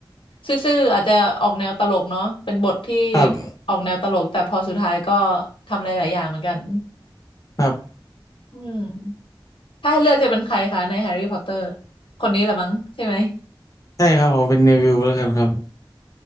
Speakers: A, on the left (about 85°); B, on the left (about 40°).
A: ซื่อๆอาจจะออกแนวตลกเนาะเป็นบทที่
B: ครับ
A: ออกแนวตลกแต่พอสุดท้ายก็ทำหลายๆอย่างเหมือนกัน
B: ครับ
A: อืมถ้าให้เลือกจะเป็นใครคะในแฮร์รี่พอตเตอร์คนนี้แหละมั้งใช่ไหม
B: ใช่ครับผมเป็นเนวิลแล้วกันครับ